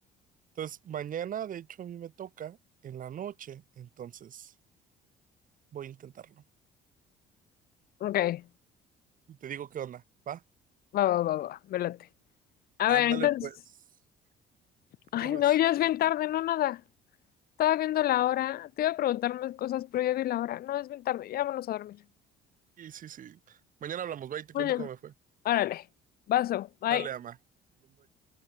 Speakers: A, on the right (about 55°); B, on the left (about 65°).
A: Entonces, mañana, de hecho, a mí me toca en la noche. Entonces, voy a intentarlo.
B: ok.
A: Y te digo qué onda, ¿va?
B: Va, va, va, va. Me late. A
A: Ándale,
B: ver, entonces.
A: pues.
B: Ay,
A: ¿Qué pues?
B: no, ya es bien tarde, no nada. Estaba viendo la hora. Te iba a preguntar más cosas, pero ya vi la hora. No, es bien tarde. Ya vámonos a dormir.
A: Sí, sí, sí. Mañana hablamos, va, y te
B: Bueno,
A: cuento cómo me fue.
B: órale. Vaso. Bye.
A: Dale, ama. Nos vemos.